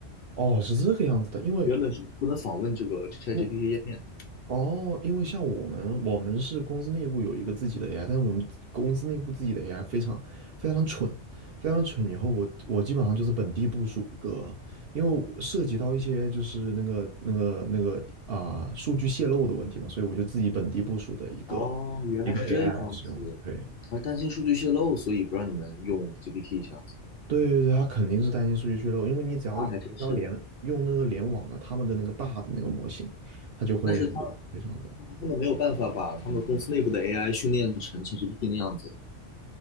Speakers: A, on the right; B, on the left.
A: 哦，是这个样子的，因为
B: 原本是不能访问这个 ChatGPT
A: 因为
B: 页面的。
A: 哦，因为像我们，我们是公司内部有一个自己的 AI，但是我们公司内部自己的 AI 非常非常蠢，非常蠢。以后我我基本上就是本地部署一个，因为我涉及到一些就是那个那个那个啊、数据泄露的问题嘛，所以我就自己本地部署的一个
B: 哦，原来是这样子，
A: 一个 AI 来使用。对
B: 好像担心数据泄露，所以不让你们用 GPT 这样子，
A: 对对对，它肯定是担心数据泄露，因为你只要只要连用那个联网的他们的那个大的那个模型，
B: 那还真是。
A: 它就会非常的。
B: 但是它他们没有办法把他们公司内部的 AI 训练成像 GPT 那样子。